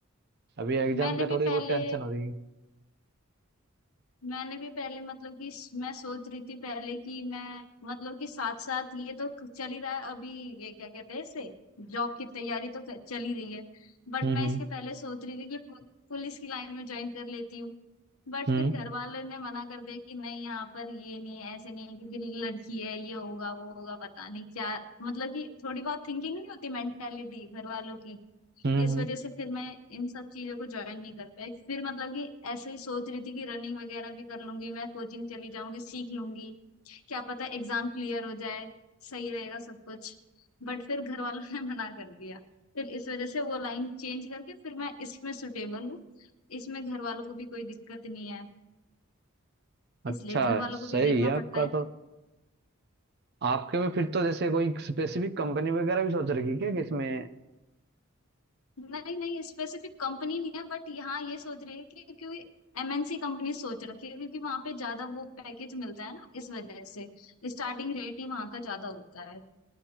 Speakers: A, on the right; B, on the left.
A: अभी एग्जाम
B: मैंने
A: का
B: भी
A: थोड़ी
B: पहले
A: बहुत टेंशन हो रही है
B: मैंने भी पहले मतलब कि स- मैं सोच रही थी पहले कि मैं मतलब कि साथ साथ ये तो क- चल ही रहा है अभी ये क्या कहते हैं इसे जॉब की तैयारी तो क- चल ही रही है बट
A: हम्म
B: मैं
A: हम्म
B: इसके पहले सोच रही थी कि पुल- पुलिस की लाइन में ज्वाइन कर लेती हूँ बट
A: हम्म
B: फिर घर वाले ने मना कर दिया कि नहीं यहाँ पर ये नहीं है ऐसे नहीं है, क्योंकि लड़की है ये होगा वो होगा पता नहीं क्या मतलब कि थोड़ी बहुत थिंकिंग नहीं होती मेंटेलिटी घर वालों की
A: हम्म
B: इस
A: हम्म।
B: वजह से फिर मैं इन सब चीजों को ज्वाइन नहीं कर पाई फिर मतलब कि ऐसे ही सोच रही थी कि रनिंग वगैरह भी कर लूंगी मैं कोचिंग चली जाऊंगी सीख लूंगी क्या पता एग्जाम क्लियर हो जाए सही रहेगा सब कुछ बट फिर घर वालों ने <laughs> मना कर दिया फिर इस वजह से वो लाइन चेंज करके फिर मैं इसमें सुटेबल हूँ इसमें घर वालों को भी कोई दिक्कत नहीं है
A: अच्छा
B: इसलिए घर
A: है
B: वालों
A: सही
B: को भी देखना
A: है आपका
B: पड़ता है
A: तो आपके में फिर तो जैसे कोई स्पेसिफिक कंपनी वगैरह भी सोच रखी है क्या कि इसमें
B: नहीं नहीं स्पेसिफिक कंपनी नहीं है बट यहाँ ये सोच रही है कि क्योंकि एमएनसी कंपनी सोच रखी है क्योंकि वहां पे ज्यादा वो पैकेज मिलता है ना इस वजह से स्टार्टिंग रेट ही वहां का ज्यादा होता है